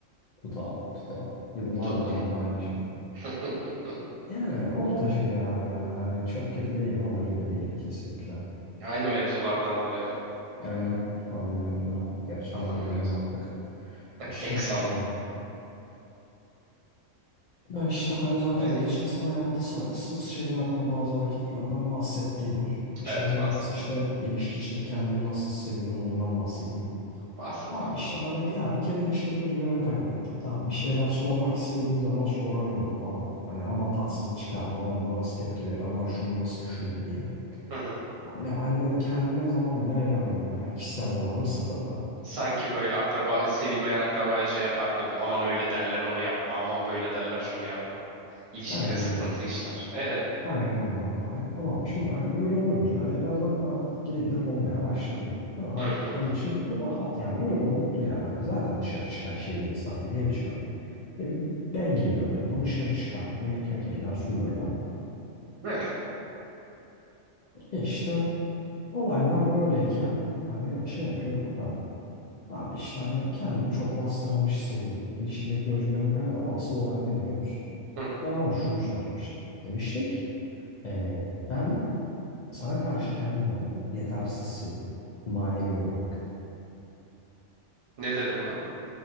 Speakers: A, on the left; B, on the right.
A: Tut abi. Tut abi. Yıllardır
B: Tut.
A: abi aynı şey.
B: <laughs>
A: Yani orta şeker abi ya. Hani çok kötü değilim ama iyi de değilim kesinlikle.
B: Aynı mevzulardan dolayı mı?
A: Aynen. Hanım mevzulara. Gerçi
B: Anlam
A: hanım demeyeceğim
B: mevzu.
A: artık. İşte
B: Eks hanım.
A: ne yani. Ya işte hani zaten
B: E,
A: geçen sana yaptığı saygısız şeylerden bazı hareketlerden bahsettiydim. Şimdi
B: Evet
A: de
B: bahsettim.
A: biraz işte ilişki içinde kendimi nasıl hissediyordum bundan bahsedeyim.
B: Bahset
A: Abi
B: abi.
A: işte hani ya bir kere ilişkiden özgüvenimi kaybettim. Tamam bir şeyler sormak istediğim zaman soramıyorum falan. Hani aman tatsızlık çıkarma ama buna nasıl tepki verir ama şunu nasıl düşünür diye.
B: Hı hı.
A: Ya Yani böyle kendime zaman bile ayıramıyordum. Yani kişisel zamanım sıfırda.
B: Sanki böyle akraba, sevilmeyen akrabaya şey yapar gibi. Aman öyle derler onu yapma. Aman böyle derler şunu yapma. İlişkide
A: Aynen
B: sıkıntı
A: öyle.
B: işler. E.
A: Aynen öyle abi hani tamam mı şimdi hani böyle olunca e, ben zaten artık gide gide dolmaya başladıydım. Tabii adam
B: Hı hı.
A: için rahat yani ne olacak o mutlu yani hani zaten dışarı çıkan şey bir insan değil evci ben. E, bir ben geliyorum yanına dışarı çıkartıyorum ekmek elden su gölden.
B: Eh,
A: E işte olaylar böyleyken hani şey yapıyorduk da abi işte hani kendimi çok bastırılmış hissediyorum. İlişkideki özgüvenimi kaybediyorum ama asıl olay ne biliyor musun?
B: hı.
A: Ben ona şunu söylemiştim. Demiştim ki e, ben Sana karşı kendimi yetersiz hissediyorum. Manevi olarak.
B: Ne dedi buna?